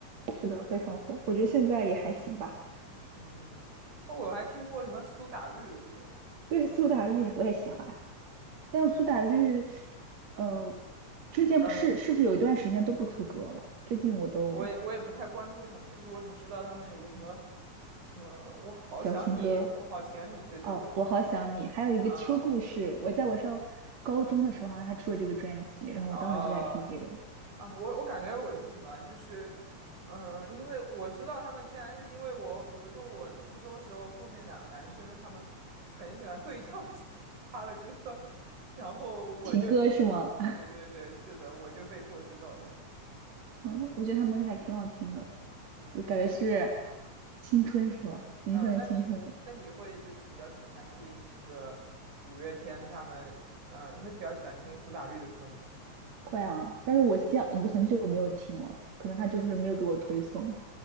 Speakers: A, on the right; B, on the right.
A: 是的，非常火。我觉得现在也还行吧。
B: 嗯，哦，我还听过什么苏打绿的歌。
A: 对，苏打绿我也喜欢。但苏打绿，呃，最近不是是不是有一段时间都不出歌了？
B: 嗯。
A: 最近我都
B: 我也我也不太关注他们，就是我只知道他们有个什么什么，我好想你，
A: 小情歌，
B: 我好想你，对对对，
A: 哦，
B: 什么什么，
A: 我好想你，还有一个秋故事，
B: 啊
A: 我在我上高中的时候，好像他出了这个专辑，然后我当时就在听这个
B: 啊啊！我我感觉我是什么，就是，嗯、因为我知道他们竟然是因为我，比如说我初中时候后面两个男生，他们很喜欢对唱 <laughs> 他的歌，然后我就进，
A: 情歌是吗？<laughs>
B: 对对对，是的，我就被迫知道了，
A: 嗯，我觉得他们还挺好听的，
B: 嗯。
A: 就感觉是青春是吧？已经算是青春了，
B: 嗯，呃那你那你会就是比较喜欢听这个五月天他们，嗯，你会比较喜欢听苏打绿的歌吗？
A: 会啊，但是我现已经很久没有听了，可能他就是没有给我推送